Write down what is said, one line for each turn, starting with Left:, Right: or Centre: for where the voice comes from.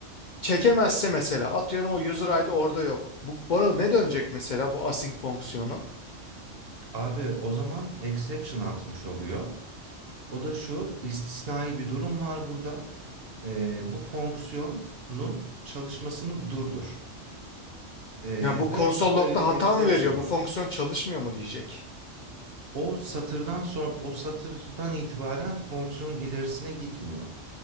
Left: Çekemezse mesela atıyorum o user ID orada yok. Bu bana ne dönecek mesela bu async fonksiyonu?
Right: Abi o zaman exception atmış oluyor. O da şu istisnai bir durum var burada. Ee, bu fonksiyonun çalışmasını durdur. Ee,
Left: Ya bu konsol
Right: ve
Left: log'da
Right: böyle bir
Left: hata
Right: exception
Left: mı veriyor? Bu
Right: at.
Left: fonksiyon çalışmıyor mu diyecek.
Right: O satırdan son, o satırdan itibaren fonksiyonun ilerisine gitmiyor.